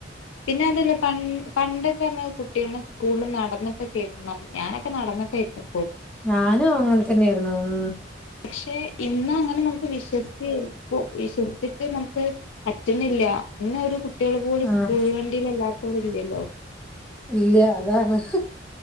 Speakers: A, on the left; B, in the centre.
A: പിന്നെ അതല്ല പൻ പണ്ടൊക്കെന്ന് പറഞ്ഞ കുട്ടികള് സ്കൂളിൽ നടന്നിട്ടെക്കേരുന്നു നം ഞാനൊക്കെ നടന്നിട്ടേരുന്നു
B: ഞാനും അങ്ങനെ തന്നേയിരുന്നു ഉം
A: പക്ഷെ ഇന്ന് അങ്ങനെ നമ്ക്ക് വിശ്വസ്ച്ച് ഇപ്പോ വിശ്വസിച്ചിട്ട് നമുക്ക് പറ്റുന്നില്ല ഇന്ന് ഒരു കുട്ടികൾ പോലും
B: ആഹ്
A: സ്കൂള് ക <unintelligible> ഇല്യല്ലോ
B: ഇല്യാ അതാണ്.